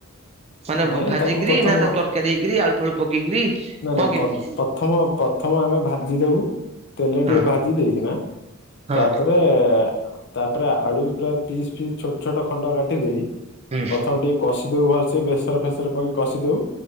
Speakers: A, on the right (about 30°); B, on the left (about 55°).
A: ମାନେ
B: ନାଇଁ
A: ଭାଜିକିରି
B: ତାକୁ ପ୍ରଥମ
A: ନା ତାକୁ ତରକାରୀ ହେଇକିରି ଆଳୁ ଫାଳୁ ପକେଇକିରି
B: ନା ନା
A: କଣ କେମିତି?
B: ପ- ପ୍ରଥମ ପ୍ରଥମ ଆମେ ଭାଜିଦଉ। ତେଲେରେ ଟିକେ
A: ହଁ
B: ଭାଜି ଦେଇକିନା
A: ହଁ
B: ତାପରେ ତାପରେ ତାପରେ ଆଳୁ ପୁରା ପିସ୍ ପିସ୍ ଛୋଟ୍ ଛୋଟ୍ ଖଣ୍ଡ କାଟିଦେଇ
A: ହୁଁ
B: ପ୍ରଥମେ ଟିକେ କଷିଦଉ ଭଲ୍ ସେ ବେସର ଫେସର ଫେସର କରି କଷି ଦଉ,